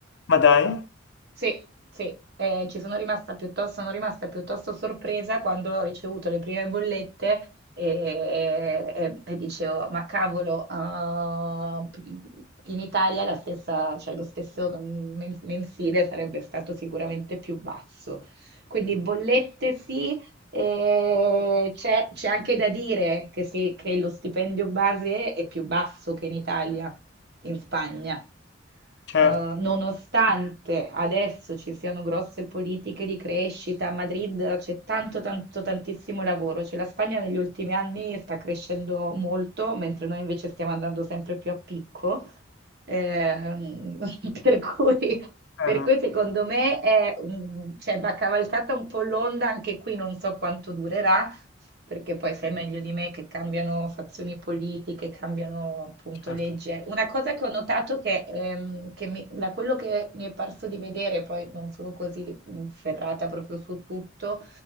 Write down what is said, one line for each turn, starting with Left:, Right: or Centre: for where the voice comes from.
Left: ma dai,
Right: Sì, sì, eh, ci sono rimasta piuttosto, sono rimasta piuttosto sorpresa quando ho ricevuto le prime bollette e, e- e dicevo, ma cavolo, ah, in Italia la stessa, cioè lo stesso men- mensile sarebbe stato sicuramente più basso. Quindi bollette sì, e c'è c'è anche da dire che, sì, che lo stipendio base è più basso che in Italia, in Spagna,
Left: certo.
Right: Eh, nonostante adesso ci siano grosse politiche di crescita, a Madrid c'è tanto, tanto, tantissimo lavoro, cioè la Spagna negli ultimi anni sta crescendo molto, mentre noi invece stiamo andando sempre più a picco. Ehm, <laughs> per cui,
Left: Eh,
Right: per cui secondo me è un- cioè, va cavalcata un po' l'onda, anche qui non so quanto durerà, perché poi sai meglio di me che cambiano fazioni politiche, cambiano appunto
Left: certo.
Right: legge. Una cosa che ho notato che, ehm, che mi- da quello che mi è parso di vedere, poi non sono così mh, ferrata proprio su tutto,